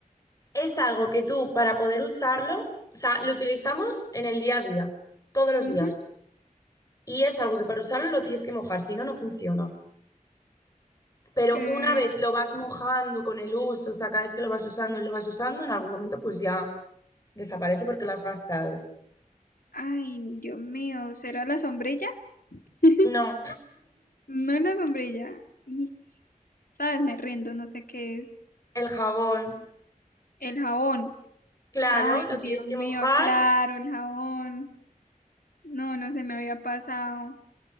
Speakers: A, on the left (about 25°); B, on the left (about 85°).
A: Es algo que tú, para poder usarlo, o sea, lo utilizamos en el día a día, todos los
B: Ujú.
A: días. Y es algo que para usarlo lo tienes que mojar, si no, no funciona. Pero
B: Eh,
A: una vez lo vas mojando con el uso, o sea, cada vez que lo vas usando y lo vas usando, en algún momento pues ya desaparece porque lo has gastado.
B: Ay, Dios mío, ¿será la sombrilla? <laughs>
A: No,
B: No es la sombrilla. Is. ¿Sabes? Me rindo, no sé qué es.
A: el jabón,
B: El jabón.
A: claro,
B: Ay,
A: lo
B: Dios
A: tienes que
B: mío,
A: mojar.
B: claro, el jabón. No, no se me había pasado.